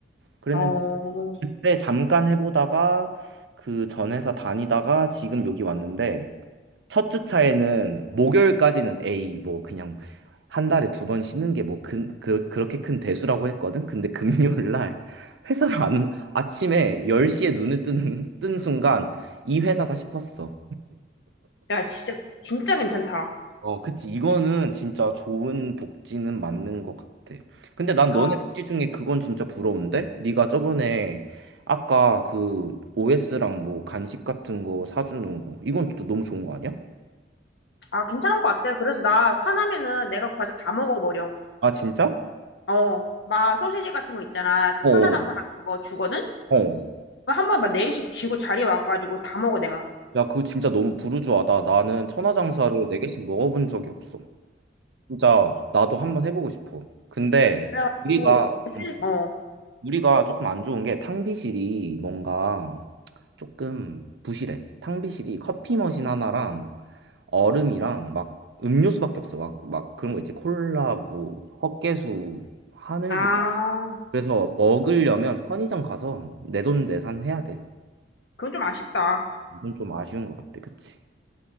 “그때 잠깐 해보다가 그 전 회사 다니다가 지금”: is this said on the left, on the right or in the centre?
Right